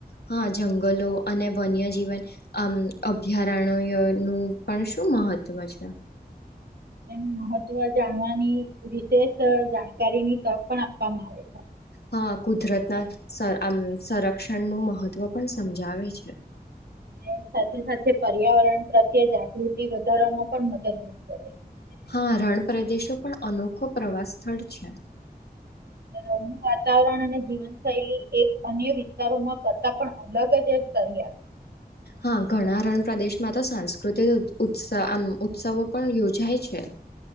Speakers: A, on the left; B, on the right.
A: હા જંગલો અને વન્યજીવન આમ અભ્યારણ નું પણ શું મહત્વ છે
B: એ મહત્વ જાણવાની વિશેષ જાણકારીની તક પણ આપવામાં આવે છે
A: હા કુદરતના સં આમ સંરક્ષણનું મહત્વ પણ સમજાવે છે
B: અને સાથે સાથે પર્યાવરણ પ્રત્યે જાગૃતિ વધારવામાં પણ મદદરૂપ કરે છે
A: હા રણ પ્રદેશો પણ અનોખો પ્રવાસ સ્થળ છે
B: રણનું વાતાવરણ અને જીવનશૈલી એક અન્ય વિસ્તારોમાં કરતા પણ અલગ જ તયાર
A: હા ઘણા રણ પ્રદેશમાં તો સાંસ્કૃતિક ઉ આમ ઉત્સવો પણ યોજાય છે